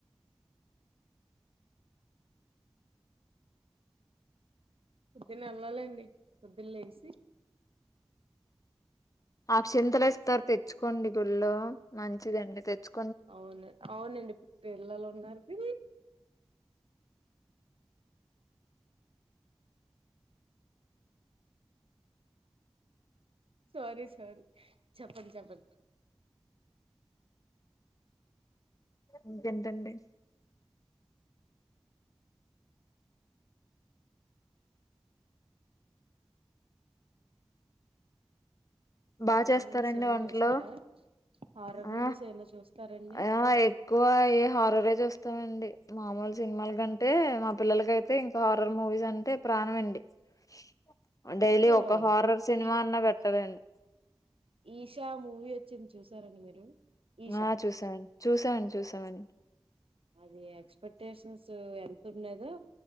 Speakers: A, on the left; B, on the right.
A: <inaudible>
B: పుద్దుని వెళ్ళాలండి పోద్దున లేసి
A: ఆక్షింతలు ఇస్తారు తెచ్చుకోండి గుళ్ళ మంచిదండి తెచ్చుకో
B: అవును అవునండి పిల్లలు ఉన్నారుకి సారీ సారీ చెప్పండి చెప్పండి
A: ఇంకేంటండి బా
B: హారర్
A: చేస్తారండి
B: మూవీస్ ఏమనా
A: వంటలు
B: చూస్తారా హారర్
A: ఆ
B: మూవీస్ ఏమనా చూస్తారండి
A: ఆహా ఎక్కువ ఏ హార ఇవ్వే చూస్తాండి మామూలు సినిమాల కంటే మా పిల్లలకయితే ఇంకా హారర్ మూవీస్ అంటే ప్రాణం ఎక్కువే డైలీ
B: అదే
A: ఒక హారర్ సినిమన్నా
B: ఈ
A: పెట్టలేండి.
B: ఈషా మూవీ వచ్చింది చూశారండి మీరు ఈషా
A: ఆ చూసామండి చూసామండి చూసామండి
B: అది ఎక్స్పెక్టేషన్స్ ఎంత ఉన్నదో